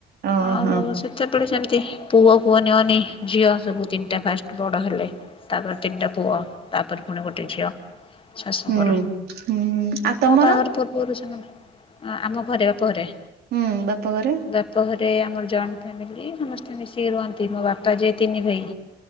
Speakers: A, on the right; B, on the left.
A: ଓହୋ
B: ଆଉ ମୋ ସେଇ ସେପଟେ ସେମତି ପୁଅକୁ ଅନେଇ ଅନେଇ ଝିଅସବୁ ତିନଟା ଫାଷ୍ଟ ବଡ ହେଲେ। ତାପରେ ତିନଟା ପୁଅ ତାପରେ ଫୁଣି ଗୋଟେ ଝିଅ। ଶାଶୁଙ୍କର
A: ହୁଁ ହୁଁ ଆଉ ତମର?
B: ମୋ ବାହାଘର ପୂର୍ବରୁ ସାଙ୍ଗନା ଆ ଆମ ଘରେ ବାପଘରେ।
A: ହୁଁ ବାପଘରେ?
B: ବାପ ଘରେ ଆମର ଜଏଣ୍ଟ ଫ୍ୟାମିଲି ସମସ୍ତେ ମିଶିକି ରୁହନ୍ତି ମୋ ବାପା ଯେ ତିନି ଭାଇ।